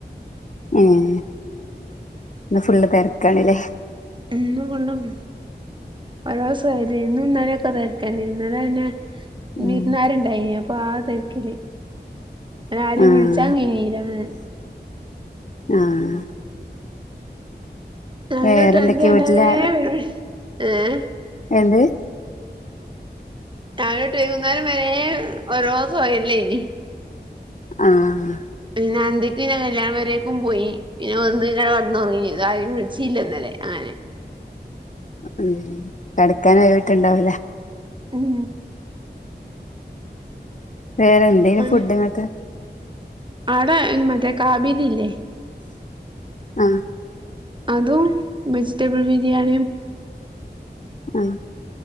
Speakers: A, on the left; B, on the right.
A: ഉം ഇന്ന് ഫുള്ള് തെരക്കാണ്ലേ?
B: ഇന്ന് ഫുള്ളും ഓരൊ സൊഹെലെനി ഇന്നും ഇന്നലൊക്കെ തെരക്കെന്നെ ഇന്നലെ പിന്നെ
A: ഉം
B: വിര്ന്നാര്ണ്ടായ്നി അപ്പൊ ആ തെര്ക്കില് ഇന്നലാരിം
A: ആഹ്
B: വിളിച്ചാൻ കയ്ഞീല ആഹ്
A: ആഹ്
B: രാവിലെ
A: വേറെന്തൊക്കെയാ
B: ഒട്ട് അന്തി ആവ്ണെ
A: വീട്ടില്
B: വരേ വി ഏഹ്
A: എന്ത്
B: രാവിലൊട്ട് വൈകുന്നേരം വരേ ഓരോ സൊഅ്ല്‌ലേയ്ന്
A: ആഹ്
B: പി നാന്തി പിന്നെ കല്യാണ പെരേക്കും പോയി പിന്നെ വന്ന് പിന്നെ കെടന്നൊറങ്ങി. പിന്നാരിം വിളിച്ചീല്ലന്നലെ അങ്ങനെ
A: ഉം കെടക്കാനൊഴിവ് കിട്ട്ണ്ടാവൂല.
B: ഉം
A: വേറെ എന്തേന് ഫുഡ്
B: ഉം
A: ഇങ്ങക്ക്
B: ആടെ മറ്റേ കാബിരില്ലേ
A: അഹ്
B: അതും വെജിറ്റബിൾ ബിരിയാണിയും
A: അഹ്